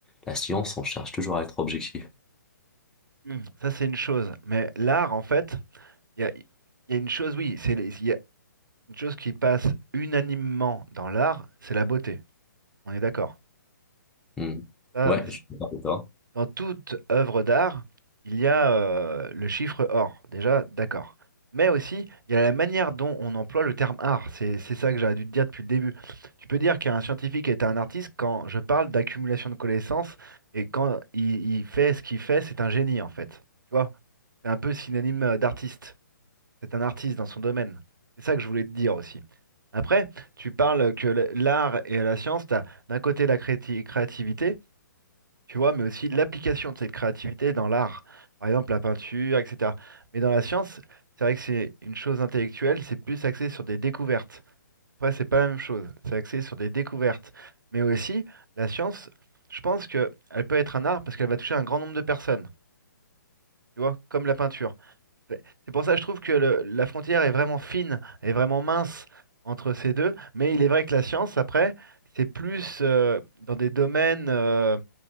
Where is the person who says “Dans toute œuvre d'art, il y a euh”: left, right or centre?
Right